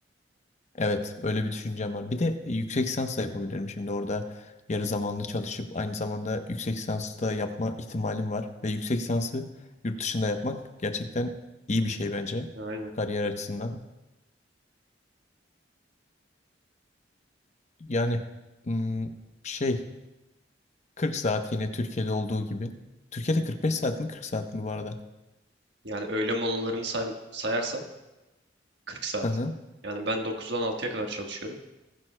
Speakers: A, on the left; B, on the right.
A: Evet, öyle bir düşüncem var. Bir de yüksek lisans da yapabilirim şimdi orada yarı zamanlı çalışıp aynı zamanda yüksek lisans da yapma ihtimalim var ve yüksek lisansı yurt dışında yapmak gerçekten iyi bir şey bence
B: Aynen.
A: kariyer açısından. Yani hmm, şey 40 saat yine Türkiye'de olduğu gibi. Türkiye'de 45 saat mi 40 saat mi bu arada?
B: Yani öğle molalarını say sayarsan 40 saat.
A: Hı hı.
B: Yani ben 9'dan 6'ya kadar çalışıyorum.